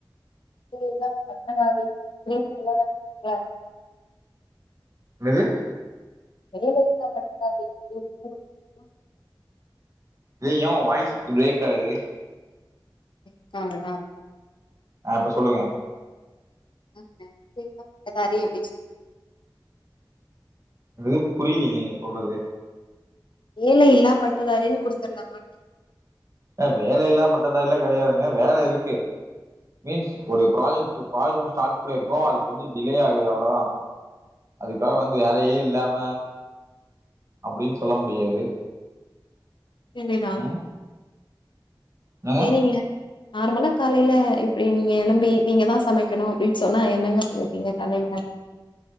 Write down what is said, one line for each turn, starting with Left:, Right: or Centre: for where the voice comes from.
Left: வேலையில்லா பட்டதாரி த்ரீ சொல்லலாங்களா
Right: என்னது
Left: வேலையில்லா பட்டதாரி <unintelligible>
Right: இ ஏன் வாய்ஸ் பிரேக் ஆகுது
Left: பிரேக் ஆகுதா
Right: ஆஹ் இப்ப சொல்லுங்க
Left: வேலையில்லா பட்டதாரி அப்டினு
Right: இது புரியலீங்க நீங்க சொல்றது
Left: வேலையில்லா பட்டதாரின்னு குடுத்துர்லாமான்னு கேக்
Right: ஹ வேல இல்லா பட்டதாரி எல்லாம் கிடையாதுங்க வேல இருக்கு மீன்ஸ் ஒரு ப்ராஜெக்ட் ப்ராஜெக்ட் ஒன்னு ஸ்டார்ட் பண்ணிருக்கோம் அது கொஞ்சோ டிலே ஆகுது அவ்வளவுதான் அதுக்காக வந்து வேலையே இல்லாம அப்படின்னு சொல்ல முடியாது
Left: செரினா
Right: ம் என்னங்க
Left: செரிங்க நார்மலா காலையில இப்படி நீங்க எழும்பி நீங்க தான் சமைக்கணும் அப்படின்னு சொன்னா என்னங்க சமைப்பீங்க கலையில